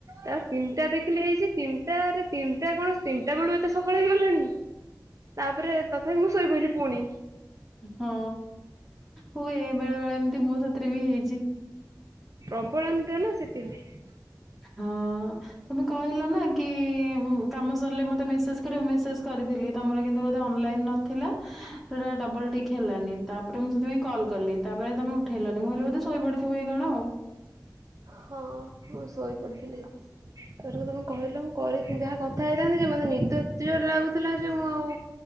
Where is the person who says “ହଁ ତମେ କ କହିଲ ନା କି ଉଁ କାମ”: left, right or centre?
Centre